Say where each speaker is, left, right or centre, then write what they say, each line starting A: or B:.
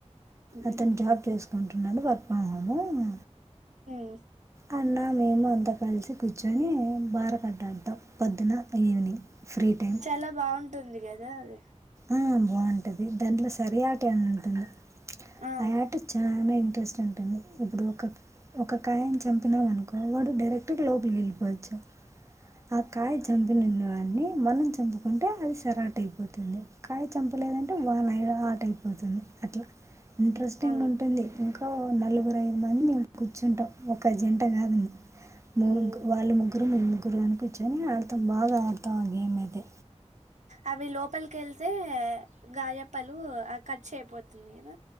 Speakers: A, on the right; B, on the right.
A: ఉమ్
B: అతను జాబ్ చేస్ <unintelligible>
A: ఎస్
B: అన్న మేము అంతా కలిసి కూర్చొని బార కట్టాడుతాం పొద్దున ఈవినింగ్ ఫ్రీ టైం
A: చాలా బాగుంటుంది గదా దాదే
B: ఆ బాగుంటది దాంట్లో సరి ఆట ఏమి ఉంటుంది
A: ఆ
B: అయాట చాన ఇంట్రెస్ట్ ఉంటుంది ఇప్పుడు ఒక ఒక కాయని చంపినామనుకో వాడు డైరెక్ట్గా లోపలి వెళ్ళిపోవచ్చు ఆ కాయ చంపిన వాడిని మనం చంపుకుంటే అది సరాట్ అయిపోతుంది కాయ చంపలేదంటే వానై ఆట అయిపోతుంది అట్లా ఇంట్రెస్టింగ్
A: ఆ
B: ఉంటుంది ఇంకా నలుగురు ఐదు మంది మేము కూర్చుంటాం ఒక జంట కాదండి ముగ్గురు
A: ఉమ్
B: వాళ్ళ ముగ్గురు మేం ముగ్గురు అని కూర్చ కూర్చొని ఆడతాం బాగా ఆడతాం ఆ గేమ్ అయితే
A: అవి లోపలికి వెళ్తే గాయప్పలు కట్ చేయపోతుంది కద